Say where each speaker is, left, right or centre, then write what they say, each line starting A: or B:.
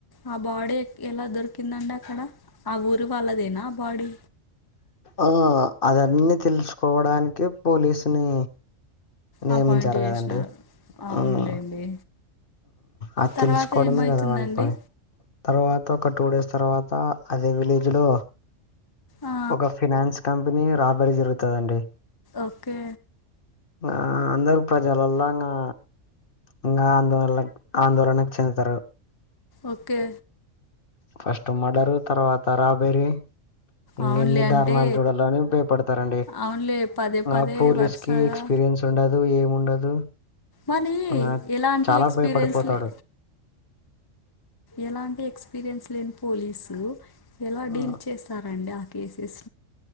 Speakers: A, on the left (about 25°); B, on the left (about 45°).
A: ఆ బాడీ ఎలా దొరికిందండి అక్కడ ఆ ఊరి వాళ్ళదేన ఆ బాడీ
B: ఆ అదన్నిీ తెలుసుకోవడానికె పోలీసుని నియమించారు
A: ఆ పాయింట్ చేసినారు
B: కదండి
A: అవునులేండి
B: అవును అది
A: తర్వాత
B: తెలుసుకోవడమే
A: ఏమైతుందండి
B: కదా వాల్ల పని తర్వాత ఒక టూ డేస్ తర్వాత అదే విలేజ్ లో
A: ఆ
B: ఒక ఫినాన్స్ కంపెనీ రాబడి జరుగుత దండి
A: ఓకే
B: ఆ అందరూ ప్రజలుండంగా ఇంకా అందువల్ల ఆందోళనకు చెందుతారు
A: ఓకే
B: ఫస్ట్ మడరు తర్వాత రాబెరీ ఇంక
A: అవునులే
B: ఎన్ని దారణాలు
A: అంటే
B: చూడాలో అని భయపడతారండి
A: అవునులే పదే పదే
B: ఆ పోలీస్
A: వరుసగా
B: కి ఎక్స్పీరియన్స్ ఉండదు ఏమి ఉండదు
A: మరి
B: నా
A: ఎలాంటి
B: చాల
A: ఎక్స్పీరియన్స్
B: భయపడిపోతాడు
A: లే ఎలాంటి ఎక్స్పీరియన్స్ లేని పోలీసు ఎలా
B: ఉమ్,
A: డీల్ చేస్ తార్ అండి ఆ కేసెస్